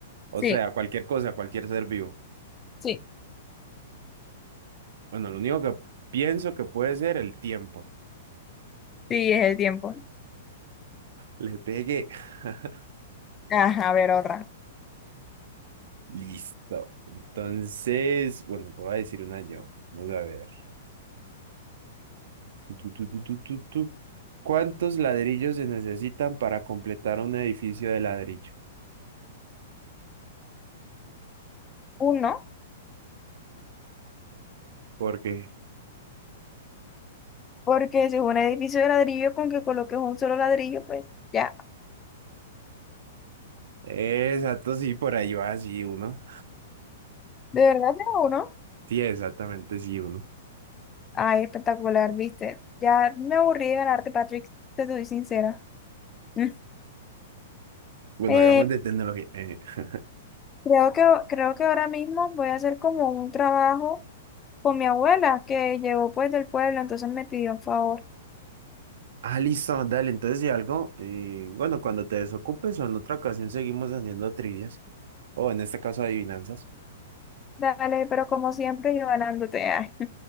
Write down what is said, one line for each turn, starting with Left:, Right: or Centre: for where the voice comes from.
Right: o
Left: Sí,
Right: sea, cualquier cosa, cualquier ser vivo.
Left: sí,
Right: Bueno, lo único que pienso que puede ser el tiempo.
Left: sí, es el tiempo.
Right: Le pegué. <laughs>
Left: Ajá, a ver otra.
Right: Listo. Entonces, bueno, te voy a decir una yo. Vamos a ver. Tu, tu, tu, tu, tu, tu, tu. ¿Cuántos ladrillos se necesitan para completar un edificio de ladrillo?
Left: Uno,
Right: Porque,
Left: porque si es un edificio de ladrillo con que coloques un solo ladrillo, pues ya.
Right: exacto, sí, por ahí va, sí, uno.
Left: ¿De verdad tengo uno?
Right: Sí, exactamente, sí, uno.
Left: Ay, espectacular, viste. Ya me aburrí de ganarte, Patrick, te soy sincera. Mm.
Right: Bueno,
Left: Eh,
Right: hagamos de tecnología. eh. <laughs>
Left: creo que, creo que ahora mismo voy a hacer como un trabajo con mi abuela, que llegó pues del pueblo, entonces me pidió un favor.
Right: Ah, listo, dale, entonces si algo, eh, bueno, cuando te desocupes o en otra ocasión seguimos haciendo trivias, o en este caso adivinanzas.
Left: Dale, pero como siempre yo ganándote. ay.